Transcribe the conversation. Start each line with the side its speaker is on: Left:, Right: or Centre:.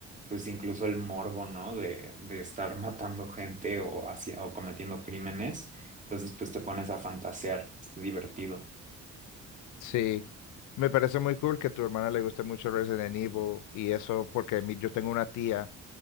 Right: pues incluso el morbo, ¿no? De, de estar matando gente o hacia, o cometiendo crímenes. Entonces, pues te pones a fantasear, es divertido.
Left: Sí, me parece muy cool que a tu hermana le guste mucho Resident Evil y eso porque mi- yo tengo una tía